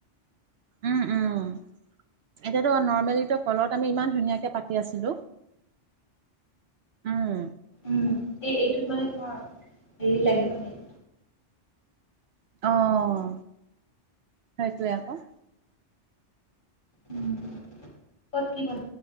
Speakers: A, on the right; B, on the left.
A: উম, উম, এতিয়াতো নৰ্মেলি ক'লত আমি ইমান ধুনীয়াকে পাতি কি আছিলো উম।
B: উম, সেই এইটোত মানে তোমাৰ হেৰি লাগে নে?
A: অ', সেইটোৱে আকৌ।
B: উ <unintelligible> ক'ত কি <unintelligible>